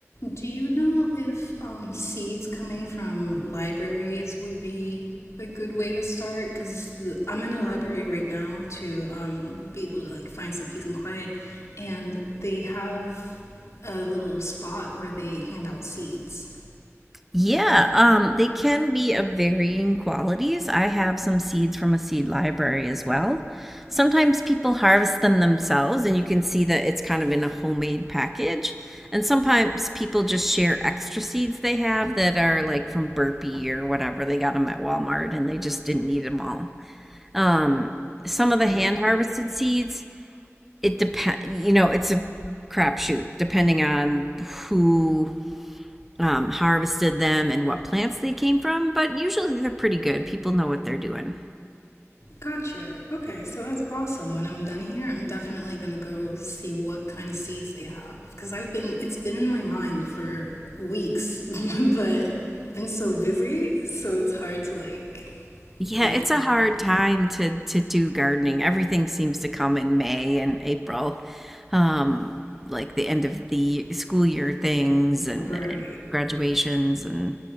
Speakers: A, on the left; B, in the centre.
A: Do you know if um, seeds coming from libraries would be a good way to start? Because I'm in a library right now to um, be able to like find some peace and quiet, and they have a little spot where they hand out seeds.
B: Yeah, um, they can be of varying qualities. I have some seeds from a seed library as well. Sometimes people harvest them themselves, and you can see that it's kind of in a homemade package. And sometimes people just share extra seeds they have that are like from Burpee or whatever. They got them at Walmart and they just didn't need them all. Um, some of the
A: Gotcha.
B: hand harvested seeds, it depend, you know, it's a crapshoot depending on who um, harvested them and what plants they came from, but usually they're pretty good. People know what they're doing.
A: Got you. Okay, so that's awesome. When I'm done here, I'm definitely gonna go see what kind of seeds they have because I've been it's been in my mind for weeks, <laughs> but I've been so busy, so it's hard to like
B: Yeah,
A: find
B: it's
A: time.
B: a hard time to to do gardening. Everything seems to come in May and April, um, like the end of the school year things and,
A: Right.
B: and graduations and